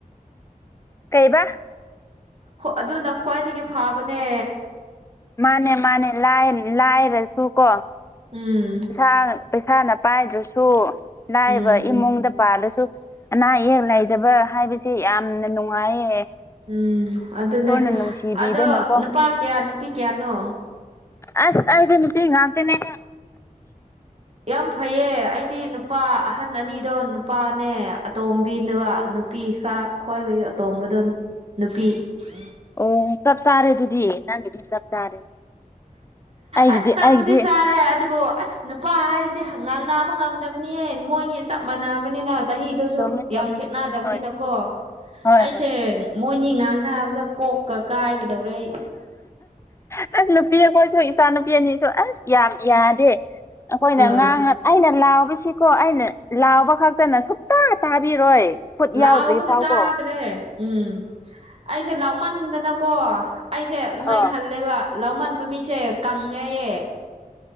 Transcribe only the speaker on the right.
ꯑꯗꯨꯅ ꯈ꯭ꯋꯥꯏꯗꯒꯤ ꯐꯥꯕꯅꯦ
ꯎꯝ
ꯎꯝ
ꯎꯝ ꯑꯗꯨꯅꯦ
ꯑꯗꯣ ꯅꯨꯄꯥ ꯀꯌꯥ ꯅꯨꯄꯤ ꯀꯌꯥꯅꯣ
ꯌꯥꯝ ꯐꯩꯌꯦ ꯑꯩꯗꯤ ꯅꯨꯄꯥ ꯑꯍꯟ ꯑꯅꯤꯗꯣ ꯅꯨꯄꯥꯅꯦ ꯑꯇꯣꯝꯕꯤꯗꯨ ꯅꯨꯄꯤ ꯈꯔ ꯈꯣꯏ ꯑꯇꯣꯝꯕꯗꯣ ꯅꯨꯄꯤ <inaudible>
ꯑꯁ ꯆꯞꯄꯨꯗꯤ
ꯆꯥꯔꯦ ꯑꯗꯨꯕꯨ ꯑꯁ ꯅꯨꯄꯥ ꯍꯥꯏꯕꯁꯤ ꯉꯥꯡ ꯅꯥꯕ ꯉꯝꯗꯕꯅꯤꯍꯦ ꯃꯣꯏꯅꯤ ꯆꯞ ꯃꯥꯟꯅꯕꯅꯤꯅ ꯆꯍꯤꯗꯨꯁꯨ
ꯌꯥꯝ ꯈꯦꯠꯅꯗꯕꯅꯤꯅꯀꯣ
ꯑꯩꯁꯦ
ꯃꯣꯏꯅꯤ ꯉꯥꯡꯅꯅꯕꯗ ꯀꯣꯛꯀ ꯀꯥꯏꯒꯗꯧꯔꯦ ꯑꯩ
ꯑꯥ
ꯂꯥꯎꯕꯗꯨ
ꯇꯥꯗ꯭ꯔꯦ ꯎꯝ ꯑꯩꯁꯦ ꯂꯥꯎꯃꯟꯗꯅꯀꯣ ꯑꯩꯁꯦ ꯑꯗꯨꯃꯥꯏꯅ
ꯈꯜꯂꯦꯕ ꯂꯧꯃꯟꯕ ꯃꯤꯁꯦ ꯀꯪꯉꯦꯌꯦ